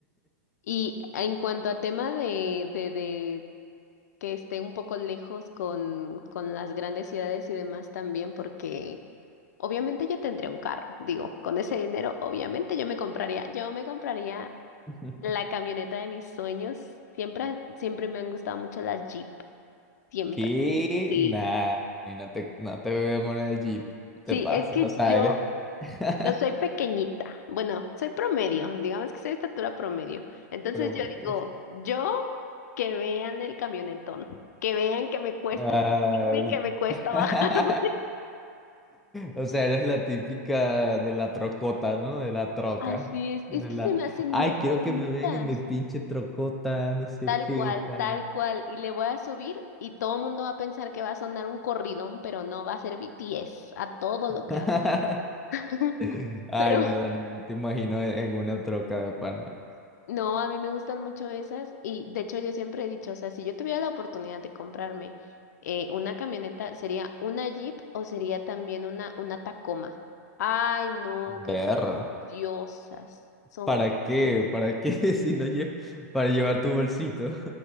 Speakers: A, on the left (about 75°); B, in the centre.
A: Y en cuanto a tema de, de, de que esté un poco lejos con, con las grandes ciudades y demás también, porque obviamente yo tendría un carro, digo, con ese dinero, obviamente yo me compraría, yo me compraría
B: <laughs>
A: La camioneta de mis sueños. Siempre, siempre me han gustado mucho las Jeep. Siempre.
B: ¿Qué?
A: Sí,
B: Nada, ni no te, no te veo en una Jeep. Te
A: Sí,
B: pasas,
A: es que
B: o sea,
A: yo,
B: eres <laughs>
A: yo soy pequeñita. Bueno, soy promedio. Digamos que soy de estatura promedio. Entonces
B: promedio.
A: yo digo, yo que vean el camionetón. Que vean que me cuesta
B: Ay.
A: subirme, que me cuesta
B: <laughs>
A: bajarme.
B: O sea, eres la típica de la trocota, ¿no? De la
A: <laughs>
B: troca.
A: Así es.
B: De
A: Es que
B: la,
A: se me hacen
B: ay,
A: muy
B: quiero
A: bonitas.
B: que me vean en mi pinche trocota, no sé
A: Tal
B: qué
A: cual,
B: tal.
A: tal cual. Y le voy a subir y todo el mundo va a pensar que va a sonar un corridón, pero no, va a ser BTS a todo
B: <laughs>
A: lo que da. <laughs>
B: Ay,
A: Pero
B: no, Dani, no te imagino en en una troca de pana.
A: <laughs> no, a mí me gustan mucho esas y de hecho yo siempre he dicho, o sea, si yo tuviera la oportunidad de comprarme eh, una camioneta, ¿sería una Jeep o sería también una, una Tacoma? Ay, no, qué
B: Perro.
A: diosas son.
B: ¿Para qué? ¿Para qué <laughs> si no llevo? Para llevar tu bolsito.